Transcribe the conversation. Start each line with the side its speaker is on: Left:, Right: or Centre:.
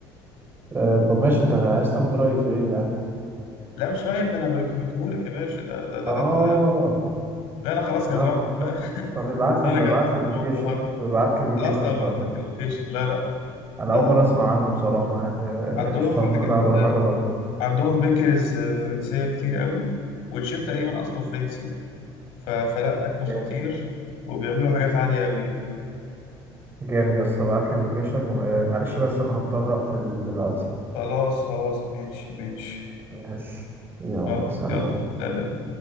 Right: آه، طب ماشي أنت عايز تاخد رأيي في إيه يعني
Left: لا مش رايك ده انا بريكومندهولك يا باشا ده ده ده,
Right: آه
Left: ده انت لا انا خلاص جربت
Right: لا خلصان
Left: <laughs> ف...
Right: طب ابعت لي
Left: انا جربت
Right: ابعت لي اللوكيشن
Left: وانبهرت
Right: ابعت لي اللوكيشن
Left: خلاص انا هبعت
Right: طيب
Left: لك اللوكيشن لا لا
Right: انا
Left: ده
Right: اول مره اسمع عنه بصراحه يعني آه،
Left: عندهم
Right: قشطه
Left: حاجات
Right: ممكن انا بروح
Left: آه،
Right: اجربه
Left: عندهم بيكرز آه، فرنسية كتير قوي والشيف تقريبا اصله فرنسي يعني ف... فلا اكل خطير
Right: جامد
Left: وبيعملوا حاجات عالية قوي يعني
Right: جامد يا اسطى ابعت لي اللوكيشن ومعلش بس انا هضطر اقفل دلوقتي
Left: خلاص خلاص ماشي ماشي
Right: ماشي يلا
Left: خلاص
Right: سلام
Left: يلا سلام